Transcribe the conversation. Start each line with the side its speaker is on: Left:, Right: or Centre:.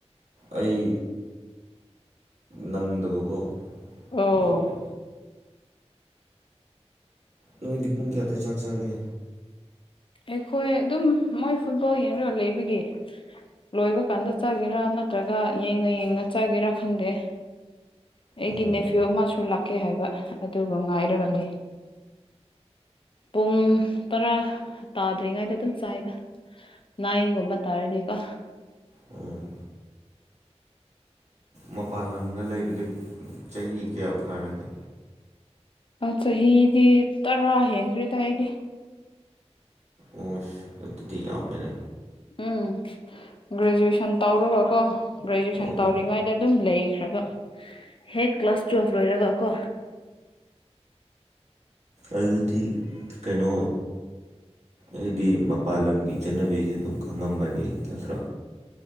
Right: ꯑꯩ ꯅꯪꯗꯕꯀꯣ
Left: ꯑꯣ
Right: ꯑꯗꯨꯒꯤ ꯅꯣꯏꯗꯤ ꯄꯨꯡ ꯀꯌꯥꯗ ꯆꯥꯛ ꯆꯥꯒꯦ
Left: ꯑꯩꯈꯣꯏ ꯑꯗꯨꯝ ꯃꯣꯏ ꯐꯨꯠꯕꯣꯜ ꯌꯦꯡꯔꯒ ꯂꯩꯕꯒꯤ ꯂꯣꯏꯕ ꯀꯥꯟꯗ ꯆꯒꯦꯔꯥ ꯅꯠꯇ꯭ꯔꯒ ꯌꯦꯡꯅ ꯌꯦꯡꯅ ꯆꯠꯒꯦꯔꯥ ꯈꯪꯗꯦ ꯑꯩꯒꯤ
Right: ꯎꯝ
Left: ꯅꯦꯐꯤꯌꯨ ꯑꯃꯁꯨ ꯂꯥꯛꯀꯦ ꯍꯥꯏꯕ ꯑꯗꯨꯕꯨ ꯉꯥꯏꯔꯒ ꯂꯩ ꯄꯨꯡ ꯇꯔꯥ ꯇꯥꯗ꯭ꯔꯤꯉꯩꯗ ꯑꯗꯨꯝ ꯆꯥꯏꯗ ꯅꯥꯏꯡꯒꯨꯝꯕ ꯇꯥꯔꯗꯤ ꯄ
Right: ꯎꯝ ꯃꯄꯥꯟ ꯂꯝꯗ ꯂꯩꯕꯗꯤ ꯆꯍꯤ ꯀꯌꯥ ꯐꯥꯔꯒꯦ
Left: ꯆꯍꯤꯗꯤ ꯇꯔꯥ ꯍꯦꯟꯈ꯭ꯔꯦꯗ ꯑꯩꯗꯤ
Right: ꯑꯁ ꯑꯣꯗꯨꯗꯤ ꯌꯥꯝ ꯃꯦꯅꯦ
Left: ꯎꯝ ꯒ꯭ꯔꯦꯖꯨꯑꯦꯁꯟ ꯇꯧꯔꯒꯀꯣ ꯒ꯭ꯔꯦꯖꯨꯑꯦꯁꯟ
Right: ꯑꯣ
Left: ꯇꯧꯔꯤꯉꯩꯗ ꯑꯗꯨꯝ ꯂꯩꯈ꯭ꯔꯕ ꯍꯦꯛ ꯀ꯭ꯂꯥꯁ ꯇꯨꯌꯦꯜꯕ ꯂꯣꯏꯔꯒ ꯀꯣ
Right: ꯑꯗꯨꯗꯤ ꯀꯩꯅꯣ ꯍꯥꯏꯗꯤ ꯃꯄꯥꯜ ꯂꯝꯒꯤ ꯆꯠꯅꯕꯤꯁꯦ ꯑꯗꯨꯝ ꯈꯪꯉꯝꯕꯅꯤ ꯅꯠꯇ꯭ꯔꯥ